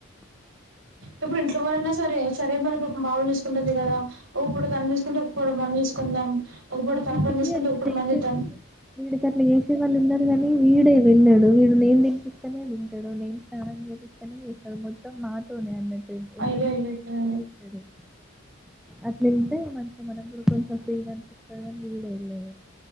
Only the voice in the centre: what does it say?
ఆ
వీటికి
అట్ల
జేసే
వీడి అట్లా జేసే వాళ్ళున్నారు అందు కాని వీడే వెళ్ళాడు వీడు నేను తనిపిస్తనే తింటాడు నేను స్నానం చేపిస్తనే చేస్తాడు మొత్తం నాతోనే అన్నా ఎ ఇరు
అట్లయితే మంచిగా మనం కూడా కొంచెం ఫ్రీగా అనిపి వీడు ఎల్లాడు